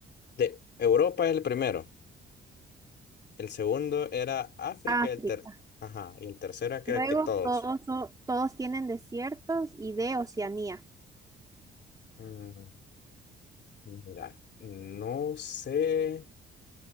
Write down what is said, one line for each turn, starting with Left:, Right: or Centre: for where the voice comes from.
Left: de Europa es el primero. El segundo era África
Right: África.
Left: y el ter... Ajá, y el tercero era
Right: Luego
Left: que todos.
Right: todos, so- todos tienen desiertos y D, Oceanía.
Left: Mm, mira, no sé